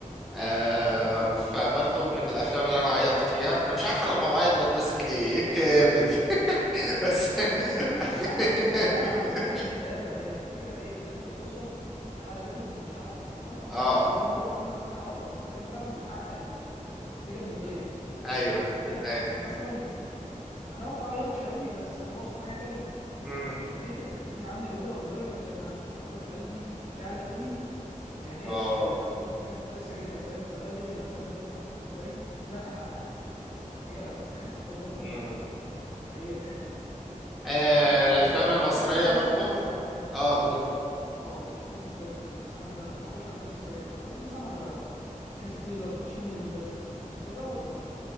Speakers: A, in the centre; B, on the left (about 60°).
A: آه
B: ايوه ايوه
A: فبرضه من الافلام اللي انا عيطت فيها انا مش عارف انا لما بعيط بتبسط ليه ايه الكآبة دي <laughs> بس
B: اه تحس ان
A: <laughs>
B: انت فعلا لا لا على فكره مش كآبه هي الفكره في ايه اللي انت بتوصل لاعلى ليفل من مشاعرك هو ده المرغوب
A: اه
B: هو ده هو ده الفيلم عايز يحققه فانت كده فعلا بتحقق ال- النتيجه المرضيه
A: ايوه
B: فاهم انا بجد
A: ايوه
B: يعني انا مثلا يعني انا ما بعيطش قوي بس انا بوصل حاجه تانية
A: امم
B: انا كميه الادرينالين عندي بيضرب لدرجه ان انا ضربات قلبي بتعلى قوي وعينيا
A: اه
B: ب- حاطط عينيا بتسع جدا فاهم فده ده بي- ده ده بالنسبه لي هنا انا حققت آه، حاجه فاهم هو ده الفيلم
A: امم
B: اللي حققه هي الحته دي
A: آه
B: أه لا
A: الافلام
B: انا مثلا
A: المصرية
B: اتفرجت مثلا
A: برضه
B: على
A: اه قولي
B: اه في افلام مصريه كتيره بس انا قبل ما اخش افلام مصريه أنت اتفرجت مثلا على انترستيلر تشندرن ليست كده ولا